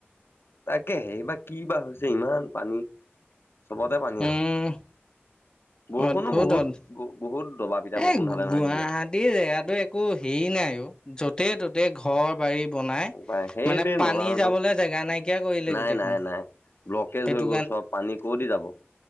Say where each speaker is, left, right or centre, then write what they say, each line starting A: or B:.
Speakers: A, on the left; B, on the left.
A: তাকেহে এইবাৰ কি বা হৈছে ইমান পানী। চবতে পানী
B: উম
A: আঔ বৰষুণো
B: অদ্ভুত
A: বহুত
B: অদ্ভুত
A: বহুত দবা পিটা
B: এ
A: বৰষুণ
B: গুৱাহাটীৰ
A: ঢালে নহয় দিলে।
B: দেখাটো একো হেৰি নাই ও য'তে ত'তে ঘৰ বাৰী। বনাই
A: উপায় সেইটোৱে
B: মানে পানী
A: নলা নৰ্দমা
B: যাবলৈ জেগা নাইকিয়া কৰিলে
A: নাই
B: গোটেইখন।
A: নাই নাই। ব্লকেজ
B: সেইটো
A: হৈ গল চব পানী ক দি যাব।